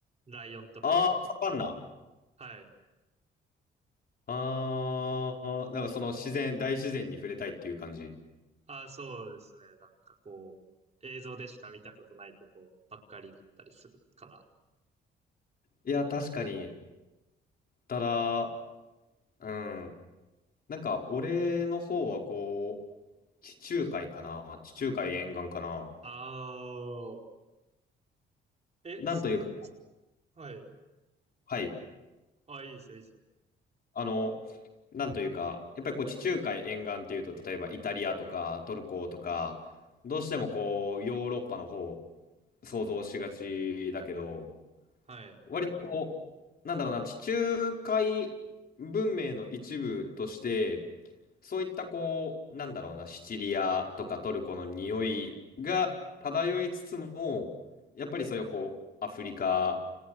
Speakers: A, on the right; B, on the left.
A: ライオンとかいるみた
B: ああー、サバンナ。
A: いな。はい。
B: ああ、なんかその自然、大自然に触れたいっていう感じ。
A: あ、そうですね。なんかこう、映像でしか見たことないとこばっかりだったりするかな。
B: いや、確かに。ただ、うん。なんか、俺の方はこう、地中海かな。地中海沿岸かな。
A: ああ、え、その、
B: なんというか、
A: ちはい。
B: はい。
A: あ、いいですよ、いいですよ。
B: あの、なんというか、やっぱりこう、地中海沿岸っていうと、例えばイタリアとかトルコとか、どうしてもこう、ヨーロッパの方、想像しがちだけど、
A: はい。
B: 割とこう、なんだろうな、地中海文明の一部として、そういったこう、なんだろうな、シチリアとかトルコの匂いが漂いつつも、やっぱりそれをこう、アフリカ